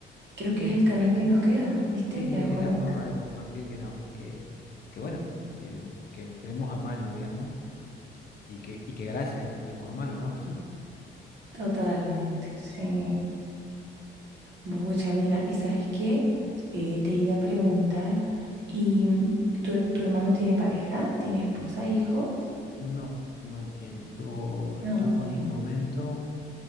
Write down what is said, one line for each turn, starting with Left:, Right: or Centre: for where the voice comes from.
Right: creo
Left: sí,
Right: que
Left: eh,
Right: es el canal que nos queda, ¿viste?
Left: sí,
Right: Que nos
Left: es
Right: conecta.
Left: la forma de compartir que no, que, que bueno, que, que tenemos a mano, digamos, y que, y que gracias a que tenemos a mano, ¿no?
Right: Totalmente, sí. Bucha, mira, ¿y sabes qué? Eh, te iba a preguntar, ¿y mm, tu, tu hermano tiene pareja? ¿Tiene esposa, hijos?
Left: No, no tiene. Tuvo,
Right: Ah,
Left: tuvo
Right: bueno,
Left: en su momento.